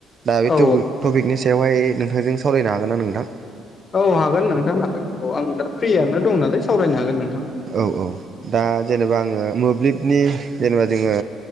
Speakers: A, on the right; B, on the left.
A: दा बे
B: औ
A: टपिक टपिकनि सायावहाय नोंथांजों सावरायनो हागोन ना नोंथां?
B: औ हागोन नोंथां हागोन औ आं दा फ्रियानो दं नालाय सावरायनो हागोन नोंथां।
A: औ औ दा जेनेबा आङो मोब्लिबनि जेनेबा जोङो